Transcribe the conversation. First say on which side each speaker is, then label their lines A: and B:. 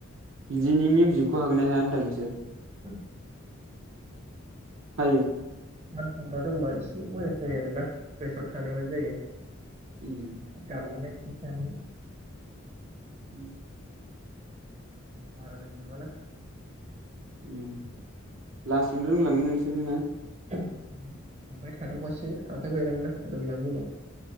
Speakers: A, on the right; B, on the right.
A: बिदिनि मिउजिकखौ हागोनो हाया होनदों नोंसोर
B: होद
A: हायो
B: गान खनग्रा गान खनग्रा दंबा एसे मोजांसिन जायो आरोना। गोसोआव थानायबानो जायो
A: उम
B: दामनो लाय। बेसे हायो
A: ओम।
B: बारा रोंजोबा ना
A: ओम लासैनो रोंलांगोन नोंसोरो ना
B: दामबाय थादावबासो आखाइ बायलांयो ना रोंलां‌‌यो उनाव